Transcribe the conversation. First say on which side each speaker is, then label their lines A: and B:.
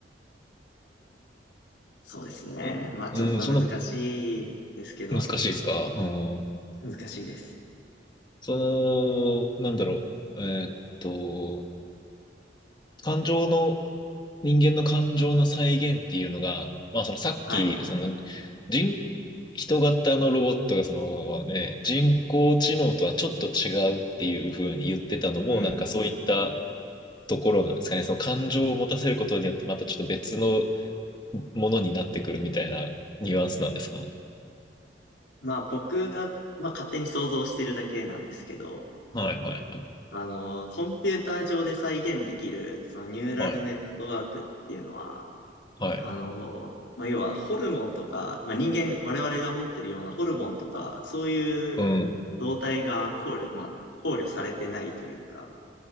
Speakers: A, on the left; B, on the left.
A: そうですね。
B: うん、
A: まあちょっと難しいですけど、
B: うん、そんな難しいですかうん。
A: 難しいです。
B: その、なんだろう。えーっと、感情の人間の感情の再現っていうのが、まあそのさっき、
A: はい。
B: その人、人型のロボットがそのね、人工知能とはちょっと違うっていうふうに言ってたのも、
A: うん。
B: なんかそういったところなんですかね。その感情を持たせることによってまたちょっと別のものになってくるみたいなニュアンスなんですか
A: まあ僕が、まあ勝手に想像してるだけなんですけど、
B: はいはいはい。
A: あの、コンピューター上で再現できる、そのニューラルネットワークっていうのは、
B: はい。はい。
A: あの、まあ、要はホルモンとか、まあ、人間、我々が持ってるようなホルモンとか、そういう
B: うん。
A: 動態が考慮、まあ、考慮されてないというか、